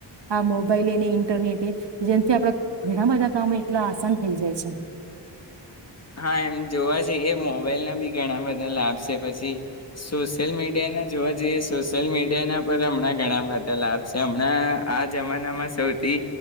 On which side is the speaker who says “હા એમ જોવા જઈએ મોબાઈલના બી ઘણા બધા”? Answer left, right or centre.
Left